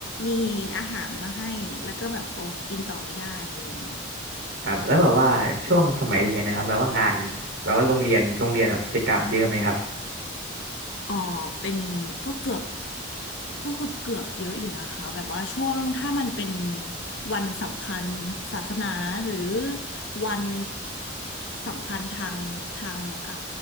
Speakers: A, on the left; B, on the right.
A: มีอาหารมาให้ แล้วก็แบบโอ้กินต่อไม่ได้อะไรเงี้ย
B: ครับแล้วแบบว่าช่วงสมัยเรียนนะครับแบบว่างานแบบว่าโรงเรียนโรงเรียนแบบกิจกรรมเยอะไหมครับ
A: อ๋อเป็นก็เกือบก็เกือบเกือบเยอะอยู่นะคะแบบว่าช่วงถ้ามันเป็นวันสำคัญศาสนาหรือวันสำคัญทางทางอ่า